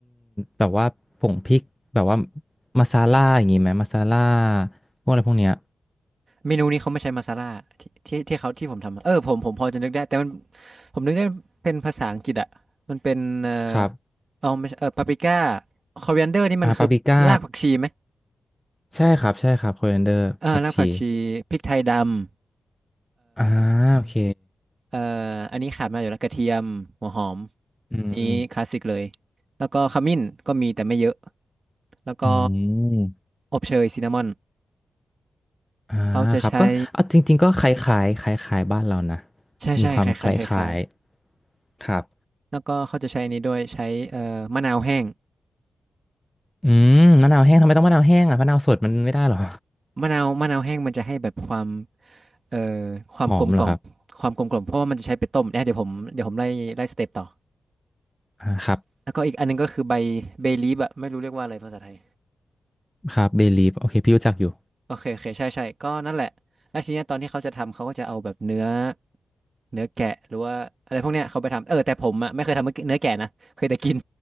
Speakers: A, in the centre; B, on the right.
A: แบบว่าผงพริกแบบว่ามาซาล่าอย่างงี้ไหมมาซาล่าพวกอะไรพวกเนี้ย
B: เมนูนี้เขาไม่ใช้มาซาล่าที่ที่ที่เขาที่ผมทำอะเออผมผมพอจะนึกได้แต่มันผมนึกได้เป็นภาษาอังกฤษอ่ะมันเป็นเออ
A: ครับ
B: เอาไม่ใช่เออปาปริก้าคอเวนเดอร์นี่มันคือรากผักชีไหม
A: อ่าปาปริก้าใช่ครับใช่ครับโคเรนเดอร์ผักชี
B: เออรากผักชีพริกไทยดำ
A: อ่าโอเค
B: เอ่ออันนี้ขาดไมาอยู่แล้วกระเทียมหัวหอม
A: อืม
B: นี้คลาสสิกเลยแล้วก็ขมิ้นก็มีแต่ไม่เยอะแล้วก็
A: อืม
B: อบเชยซินนามอน
A: อ่าครับก็เอาจริงๆก็คล้ายๆคล้ายๆบ้านเรานะ
B: เขาจะใช้ใช่ใช่คล้ายๆคล้าย
A: มีความคล้ายๆครับ
B: ๆแล้วก็เขาจะใช้อันนี้ด้วยใช้เอ่อมะนาวแห้ง
A: อืมมะนาวแห้งทำไมต้องมะนาวแห้งอ่ะมะนาวสดมันไม่ได้หรอ
B: มะนาวมะนาวแห้งมันจะให้แบบความเอ่อความกลมกล่อมความกลมกล่อมเพราะว่ามันจะใช้ไปต้มเนี่ยเดี๋ยวผมเดี๋ยวผมไล่ไล่สเต็ปต่อ
A: หอมเหรอครับอ่าครับ
B: แล้วก็อีกอันนึงก็คือใบเบลีฟอะไม่รู้เรียกว่าอะไรภาษาไทย
A: ครับเบลีฟโอเคพี่รู้จักอยู่
B: โอเคโอเคใช่ใช่ก็นั่นแหละแล้วทีเนี้ยตอนที่เขาจะทำเขาก็จะเอาแบบเนื้อเนื้อแกะหรือว่าอะไรพวกเนี้ยเขาไปทำเออแต่ผมอ่ะไม่เคยทำเนื้อแกะนะเคยแต่กิน